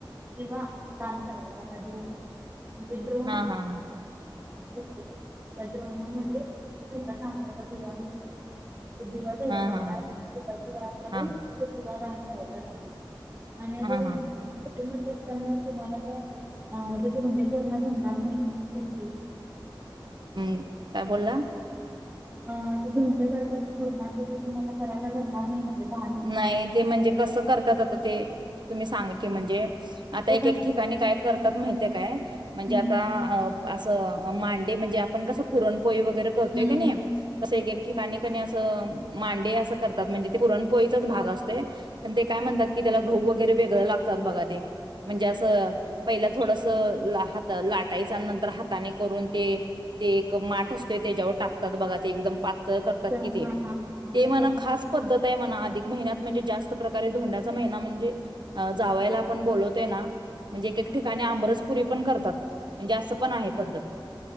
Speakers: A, on the right; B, on the right.
A: दिवा दान करायचा नदीमध्ये विद्रोहण
B: हां, हां.
A: त्या द्रोणामध्ये छोट्या कांद्याचा भिजाण मिळत सुुद्धी वे हो
B: हां, हां.
A: <unintelligible> ला का
B: हां,
A: जा <unintelligible> आणि आता
B: हां,
A: तुमची
B: हां.
A: मुलगी असल्यामुळे तुम्हाला का धोंडे करण्याच होणार नाहीतीस.
B: हम्म काय बोलला.
A: अ ते धोंडे करतात पूर्णाचे ते तुम्हाला करायला जमणार नाही. लहान मुलगी
B: नाही
A: आहे.
B: ते म्हणजे कसं करतात आता ते तुम्ही सांगा की म्हणजे आता
A: त्याच्या
B: एक एक ठिकाणी काय करतात
A: हम्म
B: माहिितय काय म्हणजे
A: हम्म
B: आता अ असं मांडे म्हणजे आपण कसं पुरण पोई वगैरे करतोय
A: हम्म.
B: काी नाही तस ठिकाणी अस मांडे अस करतात म्हणजे पुरण पोईचाच भाग असत पण ते काय म्हणतात की त्याला घउ वगैरे वेगळं लागतात बघा ते म्हणजे असं पहिला थोडसात लाटायचं आणि नंतर हाताने करून ते ते एक माठ असतो त्याच्यावर टाकतात बघा ते एकदम पा ते करतात
A: त्या-
B: की ते,
A: हा हा हा
B: ते
A: हे
B: म्हण
A: धोंडे.
B: खास पद ते म्हणा अधिक महिन्यात म्हणजे जास्त प्रकारे धोंड्याचा महिना म्हणजे जावायला
A: हम्म,
B: पण बोलवत ते ना म्हणजे एक एक
A: हम्म.
B: ठिकाणी आबरस पुरी पण करतात म्हणजे असं पण आहे पद्धत